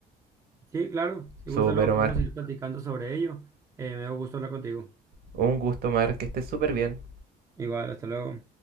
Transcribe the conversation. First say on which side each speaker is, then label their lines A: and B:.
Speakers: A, on the right (about 15°); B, on the right (about 65°).
A: Sí, claro, si
B: Súper,
A: gusta luego
B: Omar.
A: podemos seguir platicando sobre ello. Eh, me dio gusto hablar contigo.
B: Un gusto, Omar, que estés súper bien.
A: Igual, hasta luego.